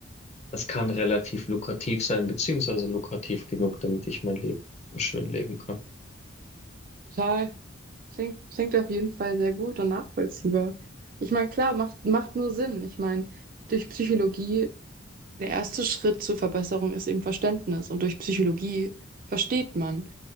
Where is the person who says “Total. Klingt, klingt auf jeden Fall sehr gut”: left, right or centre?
Right